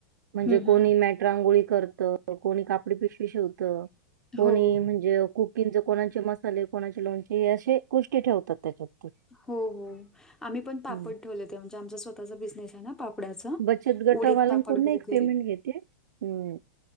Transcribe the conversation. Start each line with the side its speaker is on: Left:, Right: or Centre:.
Right: म्हणजे
Centre: हं,
Right: कोणी
Centre: हं.
Right: मॅट रांगोळी करत. कोणी काप पडी पिशवी शिवत. कोणी
Centre: हो.
Right: म्हणजे कु किंगच, कोणाचे मसाले, कोणाचे लोणचे हे असे गोष्टी ठेवतात, त्याच्यात. ते.
Centre: हो, हो. आम्ही पण पापड
Right: हं.
Centre: ठेवले हो. म्हणजे आमचा स्वतःचा बिझनेसय ना. पापडाचा.
Right: बचत गटावाल्यांकडून
Centre: उडीत पापड वगैरे.
Right: एक पेमेंट घेते. हं.